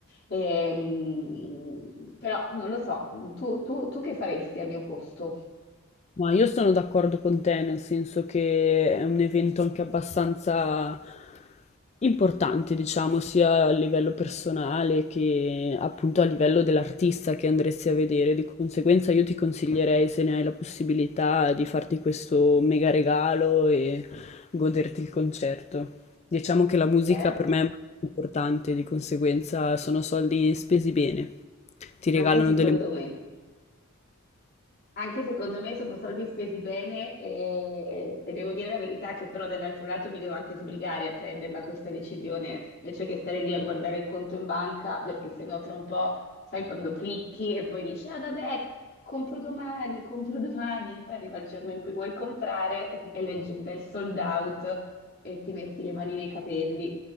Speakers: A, on the left; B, on the left.
A: Ehm, però non lo so, tu, tu- tu che faresti al mio posto?
B: Ma io sono d'accordo con te, nel senso che è un evento anche abbastanza importante, diciamo, sia a livello personale che appunto a livello dell'artista che andresti a vedere. Di conseguenza io ti consiglierei, se ne hai la possibilità, di farti questo mega regalo e goderti il concerto. Diciamo che la musica
A: Sì, eh?
B: per me è molto importante, di conseguenza sono soldi spesi bene. Ti
A: Anche
B: regalano
A: secondo
B: delle...
A: me. Anche secondo me sono soldi spesi bene e, e devo dire la verità che però dall'altro lato mi devo anche sbrigare a prenderla questa decisione invece che stare lì a guardare il conto in banca perché sennò tra un po' sai quando clicchi e poi dici ah vabbè compro domani, compro domani, poi arriva il giorno in cui vuoi comprare e leggi un bel sold out e ti metti le mani nei capelli.